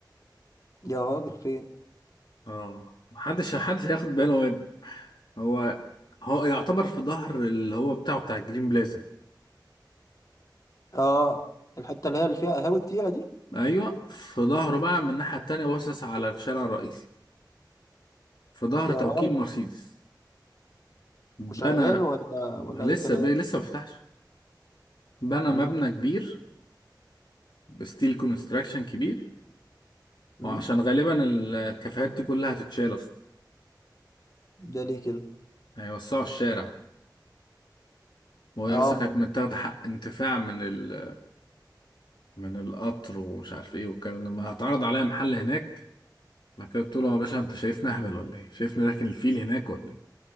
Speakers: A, on the left; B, on the left.
A: يا راجل فين؟
B: أه محدش محدش هياخد باله منه هو هو يعتبر في ظهر اللي هو بتاعه بتاع الجرين بلازا
A: آه الحتة اللي هي اللي فيها قهاوي كتيرة دي
B: أيوه في ظهره بقى من الناحية التانية باصص على الشارع الرئيسي في ظهر
A: يا
B: توكيل
A: راجل
B: مرسيدس بنى
A: وشغال ولا
B: لسه
A: ولا أي كلام؟
B: ب... لسه ما فتحش بنى
A: مم.
B: مبنى كبير بستيل كونستراكشن كبير
A: مم.
B: وعشان غالبا الكافيهات دي كلها هتتشال اصلا
A: ده ليه كده؟
B: هيوسعوا الشارع وهي
A: آه
B: اصلا كانت متاخده حق انتفاع من ال... من القطر ومش عارف ايه والكلام ده ما هتعرض عليا محل هناك بعد كده قلت له يا باشا انت شايفني اهبل ولا ايه شايفني راكن الفيل هناك ولا ايه